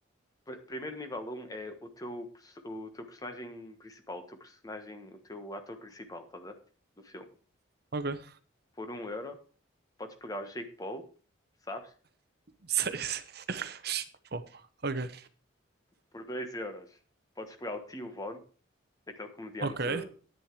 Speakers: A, on the left; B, on the right.
A: pr- primeiro nível um é o teu, perso- o teu personagem principal, o teu personagem, o teu ator principal, estás a ver? Do filme.
B: Ok. <laughs>
A: Por um euro, podes pegar o Jake Paul, sabes?
B: Sei, sei. Bom, ok.
A: Por dois euros, podes pegar o Tio Von, aquele comediante
B: Ok.